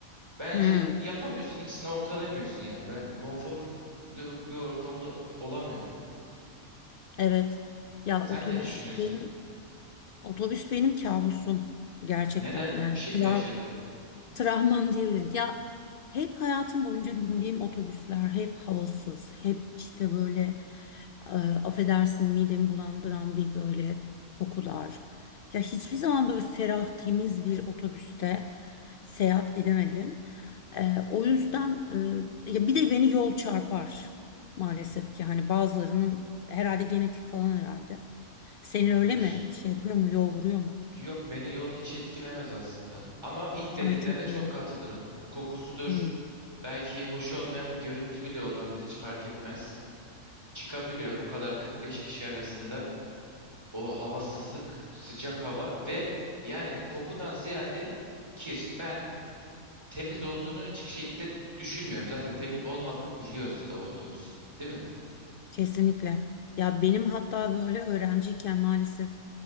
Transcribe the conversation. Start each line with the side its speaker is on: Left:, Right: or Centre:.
Right: Bence
Left: Hmm.
Right: yapamıyorsun ikisini ortalamıyorsun yani. Ben konforlu bir ortamda olamıyorum.
Left: Evet. Ya
Right: Sen
Left: otobüs
Right: ne düşünüyorsun?
Left: benim otobüs benim kabusum gerçekten.
Right: Neden?
Left: Yani
Right: Bir şey
Left: tra-
Right: mi yaşadın?
Left: Travmam diyebilirim. Ya hep hayatım boyunca bindiğim otobüsler hep havasız, hep işte böyle e, affedersin midemi bulandıran bir böyle kokular. Ya hiçbir zaman böyle ferah, temiz bir otobüste seyahat edemedim. E, o yüzden e, ya bir de beni yol çarpar maalesef ki hani bazılarının herhalde genetik falan herhalde. Senin
Right: Olabilir.
Left: öyle mi? Şey yapıyor mu? Yol vuruyor mu?
Right: Yok beni yol hiç etkilemez aslında. Ama ilk dediklerine
Left: Ay çok
Right: çok
Left: iyi.
Right: katılırım. Kokusudur.
Left: Hmm.
Right: Belki hoş olmayan bir görüntü bile olabilir hiç fark etmez. Çıkabiliyor o kadar 45 kişi arasında o havasızlık, o sıcak hava ve yani kokudan ziyade kir. Ben temiz olduğunu hiçbir şekilde düşünmüyorum. Zaten temiz olmadığını biliyoruz da o otobüsün. Değil mi?
Left: Kesinlikle. Ya benim hatta böyle öğrenciyken maalesef